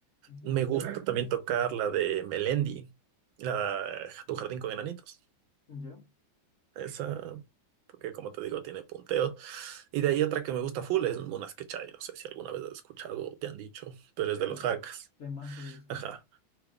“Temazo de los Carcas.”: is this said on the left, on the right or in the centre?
Left